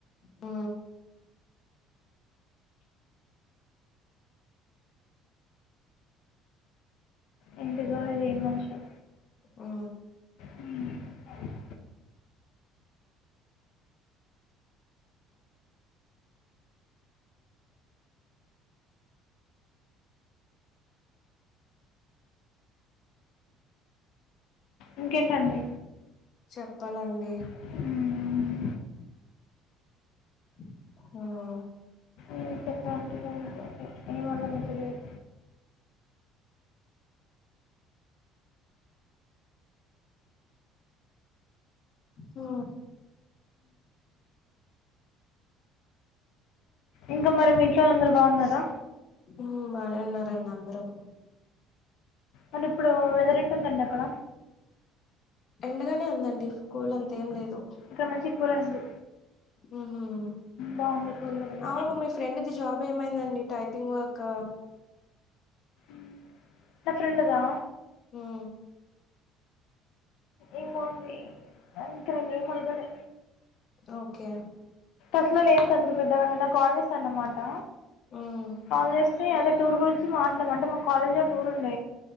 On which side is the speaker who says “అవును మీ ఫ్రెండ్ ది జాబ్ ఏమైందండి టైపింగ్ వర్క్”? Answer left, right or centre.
Left